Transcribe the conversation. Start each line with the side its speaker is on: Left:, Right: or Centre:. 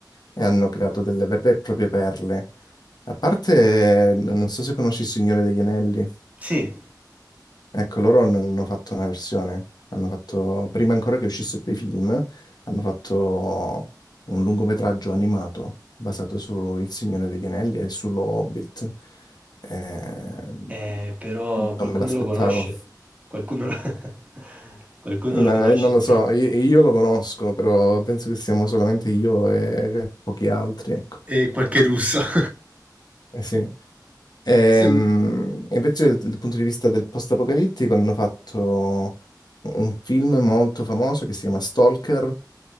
Left: e hanno creato delle vere e proprie perle. A parte, n- non so se conosci Il Signore degli Anelli,
Right: Sì,
Left: ecco, loro ne hanno fatto una versione, hanno fatto, prima ancora che uscissero i film, hanno fatto un lungometraggio animato basato su Il Signore degli Anelli e sullo Hobbit. Eh,
Right: eh, però qualcuno
Left: non me l'aspettavo.
Right: lo conosce. Qualcuno lo... <laughs> qualcuno
Left: Eh, No,
Right: lo conosce.
Left: eh, non lo so, io, io lo conosco, però penso che siamo solamente io e pochi altri, ecco.
Right: E qualche russo. <laughs>
Left: Eh sì. Ehm,
Right: Sì.
Left: invece dal punto di vista del post-apocalittico hanno fatto un film molto famoso che si chiama Stalker